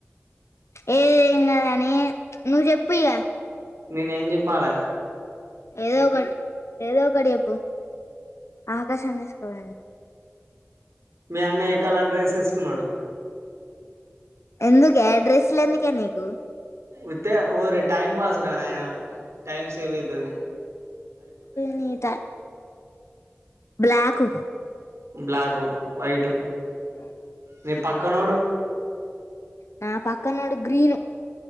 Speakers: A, on the left (about 75°); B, on the right (about 80°).
A: ఏ ఇంగదని ను చెప్పూ ఇగ
B: నేనేం చెప్పాలా
A: ఏదో ఒకటి ఏదో ఒక ఒకటి చెప్పు ఆకాశాన్ని <inaudible>
B: మీ అన్న ఏ కలర్ డ్రెస్ తీసుకున్నాడు
A: ఎందుకే డ్రెస్సులు ఎందుకే నీకు
B: ఉత్తే ఓరి టైం పాస్ రా నాయన టైం సేవ్ అవుతుంది
A: నతా బ్లాక్ <unintelligible>
B: బ్లాకు వైటు
A: బార <inaudible>
B: మీ పక్కనోడు
A: నా పక్కనోడు గ్రీను